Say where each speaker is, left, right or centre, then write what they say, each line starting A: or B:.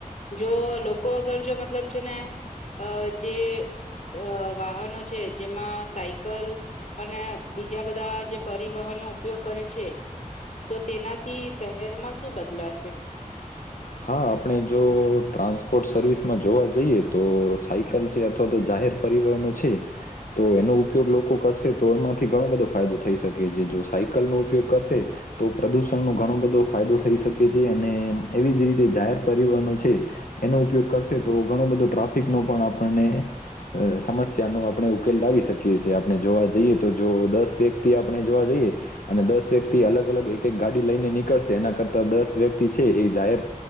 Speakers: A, on the left; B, on the left.
A: જો લોકો અગર જો મતલબ છે ને અ જે અ વાહનો છે જેમાં સાયકલ અને બીજા બધા જે પરિવહનનો ઉપયોગ કરે છે. તો તેનાથી શહેરમાં શું બદલાશે?
B: હા આપણે જો ટ્રાન્સપોટ સર્વિસમાં જોવા જઈએ તો સાયકલ છે અથવા તો જાહેર પરિવહનો છે તો એનો ઉપયોગ લોકો કરશે તો એમાંથી ઘણો બધો ફાયદો થઈ શકે જે જો સાયકલનો ઉપયોગ કરશે તો પ્રદૂષણનો ઘણો બધો ફાયદો થઈ શકે છે અને એવી જ રીતે જાહેર પરિવહનો છે એનો ઉપયોગ કરશે તો ઘણો બધો ટ્રાફિક નો પણ આપણને અ, સમસ્યાનો આપણે ઉકેલ લાવી શકીએ છીએ આપણે જોવા જઈએ તો જો દસ વ્યક્તિ આપણે જોવા જઈએ અને દસ વ્યક્તિ અલગ અલગ એક એક ગાડી લઈને નીકળશે એના કરતા દસ વ્યક્તિ છે એ જાહેર